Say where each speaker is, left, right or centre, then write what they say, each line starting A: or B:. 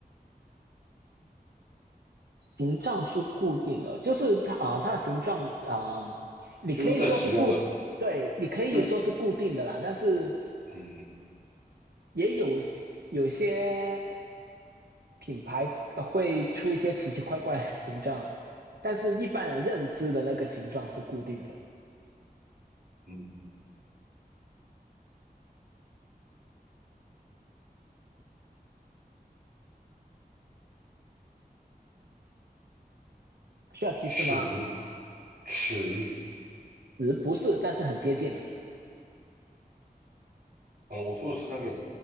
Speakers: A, on the right (about 80°); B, on the right (about 70°).
A: 形状是固定的，就是它啊、呃它的形状啊、呃你可以说是固，
B: 就是在使用的，
A: 对，你可以说是固定的啦。
B: 就是
A: 但是
B: 嗯
A: 也有有些品牌会出一些奇奇怪怪的形状，但是一般人认知的那个形状是固定的。
B: 嗯，
A: 需要提示吗？
B: 尺尺，
A: 词不是，但是很接近了。
B: 呃，我说的是那个